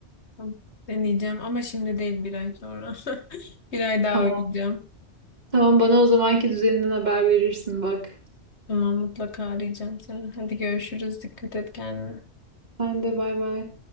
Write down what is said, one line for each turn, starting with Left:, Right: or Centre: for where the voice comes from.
Left: Tamam. Deneyeceğim ama şimdi değil bir ay sonra. <laughs> Bir ay daha
Right: <laughs> Tamam.
Left: uyuyacağım.
Right: Tamam bana o zamanki düzeninden haber verirsin bak.
Left: Tamam mutlaka arayacağım seni. Hadi görüşürüz. Dikkat et kendine.
Right: Ben de bay bay.